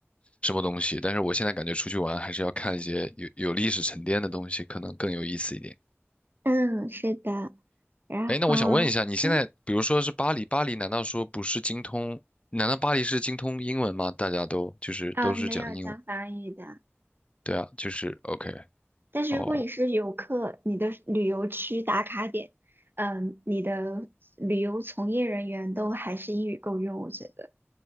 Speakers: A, on the left (about 25°); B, on the right (about 50°).
A: 什么东西。但是我现在感觉出去玩还是要看一些有有历史沉淀的东西，可能更有意思一点。
B: 嗯，是的，然后嗯
A: 哎，那我想问一下，你现在比如说是巴黎，巴黎难道说不是精通？难道巴黎是精通英文吗？大家都就是都是讲英文，
B: 啊，没有讲法语的。
A: 对啊，就是 OK，
B: 但是如果你是游客，
A: 哦，
B: 你的旅游区打卡点，嗯，你的旅游从业人员都还是英语够用，我觉得。